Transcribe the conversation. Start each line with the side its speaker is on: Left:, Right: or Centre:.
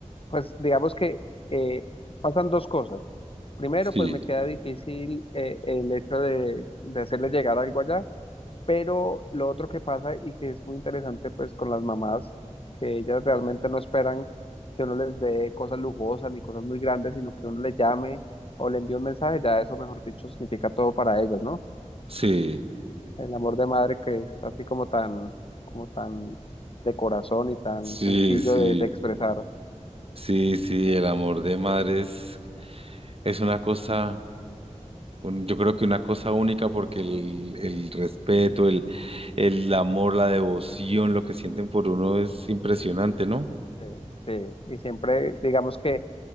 Left: Pues digamos que eh, pasan dos cosas. Primero,
Right: sí,
Left: pues me queda difícil eh, el hecho de, de hacerle llegar algo allá, pero lo otro que pasa y que es muy interesante pues con las mamás, que ellas realmente no esperan que uno les dé cosas lujosas ni cosas muy grandes, sino que uno le llame o le envíe un mensaje, ya eso, mejor dicho, significa todo para ellas, ¿no?
Right: sí,
Left: El amor de madre que es así como tan, como tan de corazón y tan
Right: sí,
Left: sencillo
Right: sí,
Left: de de expresar.
Right: sí, sí. El amor de madre es, es una cosa, un- yo creo que una cosa única porque el, el respeto, el, el amor, la devoción, lo que sienten por uno es impresionante, ¿no?
Left: Sí, sí, y siempre digamos que